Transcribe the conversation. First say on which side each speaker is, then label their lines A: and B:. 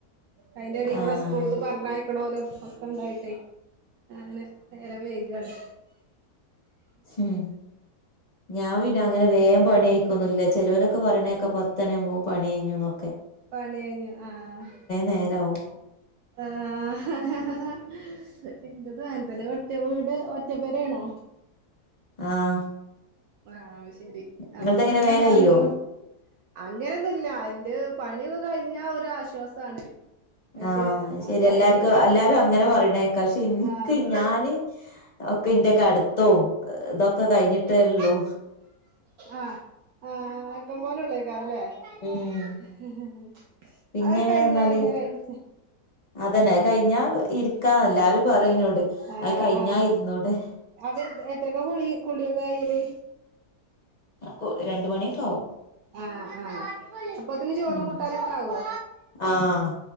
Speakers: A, on the right; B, on the left.
A: അയിന്റെ എടി
B: ആഹ്
A: കൂടെ സ്കൂൾക്ക് പർഞ്ഞയ്ക്ക്ണോലും ഒക്കെ ഇണ്ടായിട്ടേ. ആനെ നേരം വൈകാണ്.
B: ഉം ഞാൻ പിന്നെ അങ്ങനെ വേം പണി അയ്ക്കുന്നില്ല. ചെലോലെക്കെ പറണേക്ക പത്തണിയാവുമ്പോ പണി അഴ്ഞ്ന്നൊ
A: പണി കഴിഞ്ഞു ആഹ്
B: നേരാവും
A: ആഹ് ഹ ഹ ഹാ ഇന്റെതും അങ്ങൻ തന്നെ ഒറ്റ വീട് ഒറ്റപ്പെര ആണോ?
B: ആഹ്
A: ആഹ് ശരി
B: നിങ്ങളതെങ്ങനെ
A: അപ്പ തന്നെ
B: വേഗം
A: താങ്ങിങ്ങ്
B: കയ്യോ
A: അങ്ങനൊന്നുല്ല എന്റെ പണി ഇതും കഴിഞ്ഞ ഒരു ആശ്വാസാണ്. പക്ഷെ
B: ആഹ് അത്
A: ആണ്ട്
B: ശരി
A: കഴിഞ്ഞിട്ടണ്ടെ.
B: എല്ലാർക്കും എല്ലാരും അങ്ങനെ പറയണേക്കാ പക്ഷെ ഇൻക്ക്
A: ആഹ്
B: ഞാന് ഒക്കെ ഇന്റെക്കെ അടുത്തോം ഇതൊക്കെ കഴിഞ്ഞിട്ടേ
A: <unintelligible>
B: ഉള്ളൂ
A: ആഹ് ആഹ് ആക്കം പോലെ ഒള്ളയ്ക്കാരം ല്ലേ
B: ഉം
A: <unintelligible>
B: പിന്നെ
A: അതാണ്ട് കഴിഞ്ഞ
B: പറഞ്ഞാല്
A: പിന്നെ കഴിഞ്
B: അതന്നെ അത് കഴിഞ്ഞാ ഇരിക്കാ എല്ലാരും പറയും
A: ആഹ്
B: ഇന്നോട്
A: ആഹ്
B: അത് കഴിഞ്ഞാ
A: ആഹ്
B: ഇരുന്നൂടെ
A: അത് എത്രക്ക കുളി കുളി വേയില്
B: കൊ രണ്ട് മണ്യാെകാവും
A: ആഹ് ആഹ് അപ്പോത്തിന് ചോറു
B: ഉം
A: കൂട്ടാനൊക്കെ ആവോ
B: ആഹ്